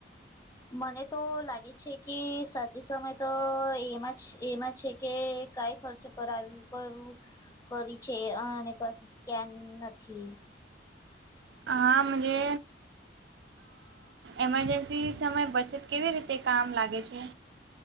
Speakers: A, on the left; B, on the right.
A: મને તો લાગે છે કે સાચી સમય તો એમાં એમાં છે કે કાઈ ખર્ચ કરાવ કરું કરી છે આ ક્યાં નથી.
B: હા મુજે એમરજન્સી સમય બચત કેવી રીતે કામ લાગે છે.